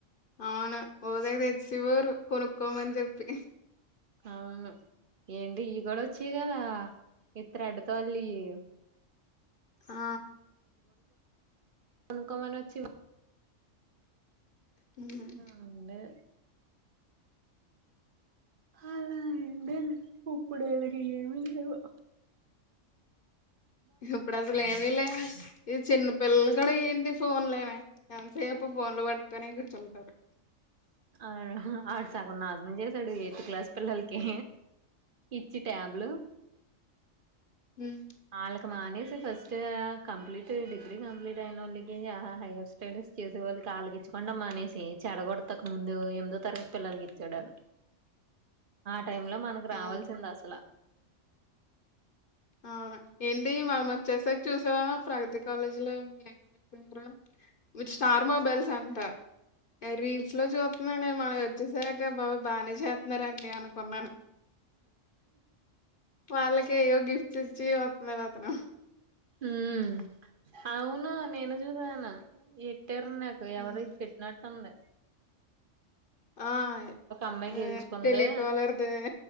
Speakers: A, on the left (about 50°); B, on the right (about 45°).
A: అవును ఓ తెగ తెచ్చేసేవారు కొనుక్కోమని చెప్పి
B: అవును ఏంటి ఇ కూడా వచ్చాయి కదా ఈ త్రెడ్ తాళ్లుయి
A: ఆ
B: కొనుక్కోమనొచ్చే వారు
A: హ్మ్.
B: అన్నే అలా ఎంద పప్పుడైలాకి ఏమి లేవా
A: ఇప్పుడు అసలు ఏమి లే ఇది చిన్న పిల్లలు కూడా ఏంటి ఫోన్ లోనే ఎంతసేపు ఫోన్లు పట్టుకోనే కూర్చ్ టారు
B: అవును ఆడ్ సార్ కొ నాజనం చేసాడు ఎయిత్ క్లాస్ పిల్లలకి ఇచ్చి ట్యాబ్లు
A: హ్మ్.
B: వాళ్ళకి మానేసి ఫస్ట్ కంప్లీట్ డిగ్రీ కంప్లీట్ అయిన వాళ్ళకి హైయర్ స్టడీస్ చేసే వాళ్ళకి వాళ్ళకి ఇచ్చకుండా మానేసి చెడగొడతక ముందు ఎనిమిదో తరగతి పిల్లలకి ఇచ్చాడాడు టై లో మనకు
A: ఆ!
B: రావాల్సింద అసలు
A: అవునా ఏంటీ మనమొచ్చేశాక చూసావా ప్రగతి కాలేజీలో ఏమ్ <inaudible> మీరు స్టార్ మొబైల్స్ అంట రీల్స్ లో చూతున్నాం <unintelligible> చూసాక బాబోయ్ బానే చేస్తున్నారండి అనుకున్నాను వాళ్ళకే ఇగో గిఫ్ తుడ్చి వత్తునాడు అతను
B: ఉమ్ అవును నేను చూసా నిన్నా ఎ టెర్న్ నాకు
A: ఉమ్.
B: ఎవరు ఇది పెట్టినట్ తుంది
A: ఆ
B: అమ్మాయి
A: అ
B: గెలుచుకుంది
A: టెలికాలర్థి,